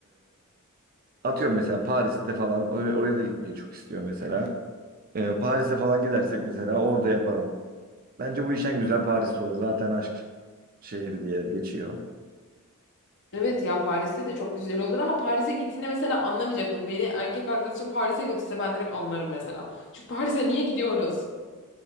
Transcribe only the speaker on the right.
Atıyorum mesela Paris'te falan or- oraya da gitmeyi çok istiyor mesela. Ee, Paris'e falan gidersek mesela orada yapalım. Bence bu iş en güzel Paris'te olur. Zaten aşk şehri diye geçiyor.